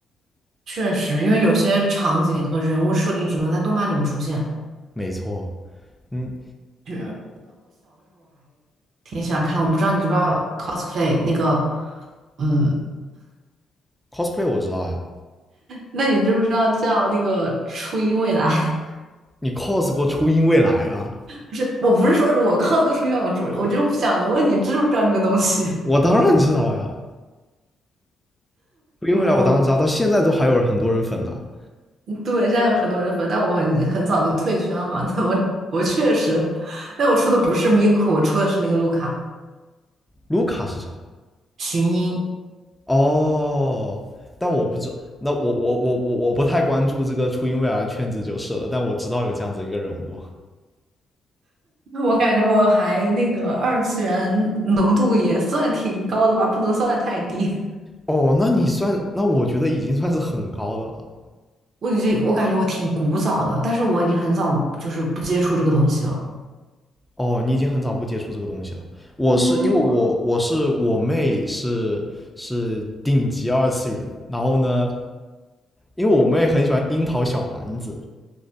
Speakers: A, on the right; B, in the centre.
A: 确实，因为有些场景和人物设定只能在动漫里面出现，
B: 没错，嗯
A: 就挺喜欢看。我不知道你知不知道 cosplay 那个，嗯，
B: ，cosplay 我知道呀，
A: 那你知不知道叫那个初音未来？
B: 你 cos 过初音未来啊，
A: 不是，我不是说我靠哥出院，我知我就想问你知不知道这个东西？<laughs>
B: 我当然知道呀。初音未来我当然知道，
A: 我
B: 到现在都还有很多人粉呢、啊
A: 对，现在有很多人粉，但我很很早就退圈了嘛。<laughs> 但我我确实，但我出的不是咪咕，我出的是那个卢卡
B: 卢卡是啥？
A: 寻音。
B: 哦，但我不知，那我我我我我不太关注这个初音未来的圈子就是了，但我知道有这样子一个人物。
A: 我感觉我还那个二次元浓度也算挺高的吧，不能算太低。
B: 哦，那你算，那我觉得已经算是很高的了。
A: 我已经我感觉我挺古早的，但是我已经很早就是不接触这个东西了。
B: 哦，你已经很早不接触这个东西了。我是因为我我是我妹是是顶级二次元，
A: 嗯，我
B: 然后呢，因为我妹很喜欢樱桃小丸子，